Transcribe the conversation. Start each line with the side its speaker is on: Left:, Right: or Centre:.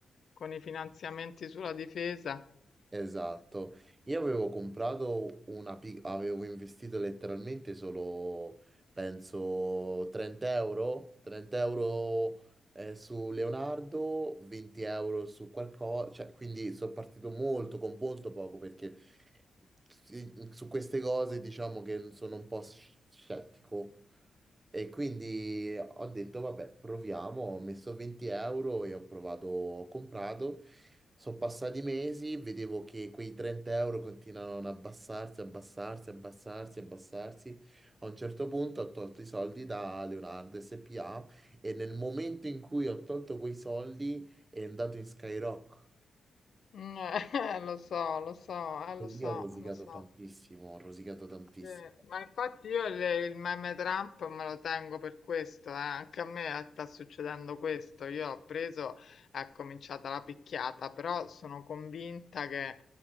Left: con i finanziamenti sulla difesa.
Right: Esatto, io avevo comprato una, pic- avevo investito letteralmente solo, penso, 30 euro, 30 euro eh, su Leonardo, 20 euro su qualcosa, cioè, quindi sono partito molto con molto poco perché sì, su queste cose diciamo che sono un po' sc- scettico e quindi ho detto, vabbè, proviamo, ho messo 20 euro e ho provato, ho comprato. Sono passati mesi, vedevo che quei 30 euro continuavano ad abbassarsi, abbassarsi, abbassarsi, abbassarsi. A un certo punto ho tolto i soldi da Leonardo SPA e nel momento in cui ho tolto quei soldi è andato in Skyrock.
Left: Mh, <laughs> eh, lo so, lo so, eh, lo
Right: E lì
Left: so,
Right: ho rosicato
Left: lo so.
Right: tantissimo, ho rosicato tantissimo.
Left: Sì, ma infatti io il, il meme Trump me lo tengo per questo, eh. Anche a me sta succedendo questo. Io ho preso, è cominciata la picchiata, però sono convinta che